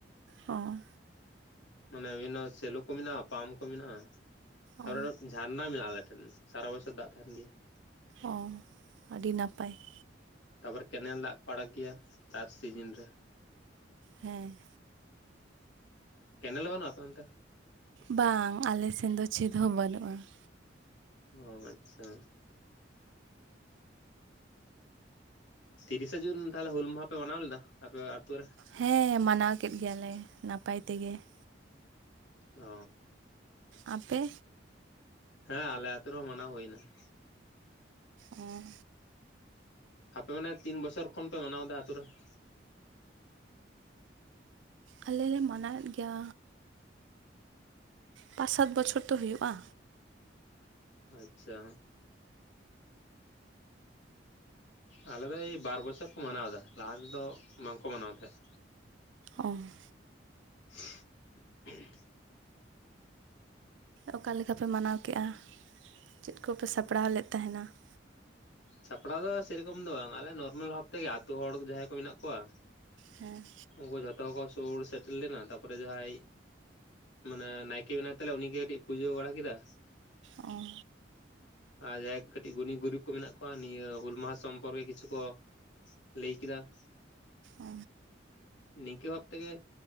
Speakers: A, on the right; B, on the left.
A: ᱚ
B: ᱢᱟᱱᱮ ᱟᱵᱤᱱᱟᱜ ᱥᱮᱹᱞᱳ ᱠᱚ ᱢᱮᱱᱟᱜᱼᱟ ᱯᱟᱢ ᱠᱚ ᱢᱮᱱᱟᱜᱼᱟ, ᱠᱟᱮᱚᱱᱚ
A: ᱚ
B: ᱡᱷᱟᱨᱱᱟ ᱢᱮᱱᱟᱜᱼᱟ ᱟᱞᱮ ᱴᱷᱮᱱ ᱾ ᱥᱟᱨᱟ ᱵᱚᱪᱷᱚᱨ ᱫᱟᱜ ᱛᱟᱦᱮᱱ ᱜᱮᱭᱟ ᱾
A: ᱚ ᱟᱹᱰᱤ ᱱᱟᱯᱟᱭ ᱾
B: ᱛᱟᱨᱯᱚᱨ ᱠᱮᱱᱮᱞ ᱫᱟᱜ ᱠᱚ ᱟᱲᱟᱜ ᱜᱮᱭᱟ, ᱪᱟᱥ ᱥᱤᱡᱤᱱ ᱨᱮᱼᱼ
A: ᱦᱮᱸ
B: ᱠᱮᱱᱮᱞ ᱵᱟᱹᱱᱩᱜ-ᱟ ᱟᱯᱮ ᱚᱱᱛᱮ?
A: ᱵᱟᱝ ᱟᱞᱮ ᱥᱮᱱ ᱫᱚ ᱪᱮᱫ ᱦᱚᱸ ᱵᱟᱹᱱᱩᱜᱼᱟ ᱾
B: ᱚ ᱟᱪᱪᱷᱟ <inaudible> ᱛᱤᱨᱤᱥᱮ ᱡᱩᱱ ᱛᱟᱦᱚᱞᱮ ᱦᱩᱞ ᱢᱟᱦᱟ ᱯᱮ ᱢᱟᱱᱟᱣ ᱞᱮᱫᱟ, ᱟᱯᱮ ᱟᱹᱛᱩ ᱨᱮ?
A: ᱦᱮᱸ ᱢᱟᱱᱟᱣ ᱠᱮᱫ ᱜᱮᱭᱟᱞᱮ ᱱᱟᱯᱟᱭ ᱛᱮᱜᱮ ᱾
B: ᱚ
A: ᱟᱯᱮ
B: ᱦᱮᱸ ᱟᱞᱮ ᱟᱛᱩ ᱨᱮᱦᱚᱸ ᱢᱟᱱᱟᱣ ᱦᱩᱭ ᱮᱱᱟ ᱾
A: ᱚᱻ <unintelligible>
B: ᱟᱯᱮ ᱢᱟᱱᱮ ᱛᱤᱱ ᱵᱚᱪᱷᱚᱨ ᱠᱷᱚᱱ ᱯᱮ ᱢᱟᱱᱟᱣ ᱮᱫᱟ ᱟᱛᱩ ᱨᱮ ᱾
A: ᱟᱞᱮ ᱞᱮ ᱢᱟᱱᱟᱣ ᱮᱫ ᱜᱮᱭᱟ ᱯᱟᱸᱪ ᱥᱟᱛ ᱵᱚᱪᱷᱚᱨ ᱛᱚ ᱦᱩᱭᱩᱜ-ᱟ᱾
B: ᱟᱪᱪᱷᱟ ᱟᱞᱮ ᱫᱚ ᱮᱭ ᱵᱟᱨ ᱵᱚᱪᱷᱚᱨ ᱠᱚ ᱢᱟᱱᱟᱣ ᱮᱫᱟ, ᱞᱟᱦᱟ ᱛᱮᱫᱚ ᱵᱟᱝᱠᱚ ᱢᱟᱱᱟᱣ ᱛᱟᱦᱮᱸᱫ᱾
A: ᱚᱸ
B: <inaudible>
A: ᱚᱠᱟ ᱞᱮᱠᱟᱯᱮ ᱢᱟᱱᱟᱣ ᱠᱮᱫᱜ-ᱟ, ᱪᱮᱫ ᱠᱚᱯᱮ ᱥᱟᱯᱲᱟᱣ ᱞᱮᱫ ᱛᱟᱦᱮᱱᱟ ᱾
B: ᱥᱟᱯᱲᱟᱣ ᱫᱚ ᱥᱮᱨᱚᱠᱚᱢ ᱫᱚ ᱵᱟᱝ ᱟᱞᱮ ᱱᱚᱨᱢᱟᱞ ᱵᱷᱟᱵ ᱛᱮᱜᱮ ᱟᱛᱩ ᱦᱚᱲ ᱡᱟᱦᱟᱸᱭ ᱠᱚ ᱢᱮᱱᱟᱜ ᱠᱚᱣᱟ. ᱼᱼ
A: ᱦᱮᱸ
B: ᱩᱱᱠᱩ ᱡᱷᱚᱛᱚ ᱠᱚ ᱥᱩᱨ ᱥᱮᱴᱮᱨ ᱞᱮᱱᱟ ᱛᱟᱨᱯᱚᱨᱮ ᱡᱟᱦᱟᱸᱭ ᱢᱟᱱᱮ ᱱᱟᱭᱠᱮ ᱢᱮᱱᱟᱭ ᱛᱟᱞᱮ ᱩᱱᱤᱜᱮ ᱠᱟᱹᱴᱤᱡ ᱯᱩᱡᱟᱹ ᱵᱟᱲᱟ ᱠᱮᱫᱟ. ᱾
A: ᱚ
B: ᱟᱨ ᱡᱟᱦᱟᱸᱭ ᱠᱟᱹᱴᱤᱡ ᱜᱩᱱᱤ ᱜᱩᱨᱤᱵ ᱠᱚ ᱢᱮᱱᱟᱜ ᱠᱚᱣᱟᱼᱼ ᱱᱤᱭᱟᱹ ᱦᱩᱞ ᱢᱟᱦᱟ ᱥᱚᱢᱯᱚᱨᱠᱮ ᱠᱤᱪᱷᱩ ᱠᱚ ᱞᱟᱹᱭ ᱠᱮᱫᱟ ᱾
A: ᱚ
B: ᱱᱤᱝᱠᱟᱹ ᱵᱷᱟᱵᱽ ᱛᱮᱜᱮ